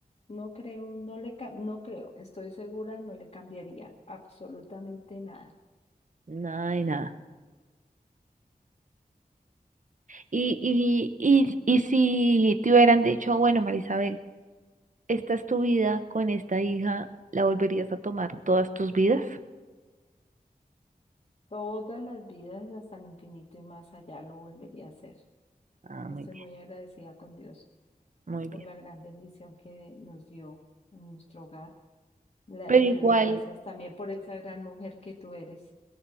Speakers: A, on the left (about 45°); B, on the right (about 55°).
A: no creo, no le, ca- no creo, estoy segura, no le cambiaría absolutamente nada.
B: Nada de nada. Y, y, y, y si te hubieran dicho, bueno, Marisabel, esta es tu vida con esta hija, ¿la volverías a tomar todas tus vidas?
A: Todas las vidas hasta el infinito y más allá lo volvería a hacer.
B: Ah, muy
A: Estoy muy agradecida con Dios
B: Muy bien.
A: por la gran bendición que nos dio en nuestro hogar. La-
B: Pero
A: le
B: igual,
A: doy gracias también por esa gran mujer que tú eres.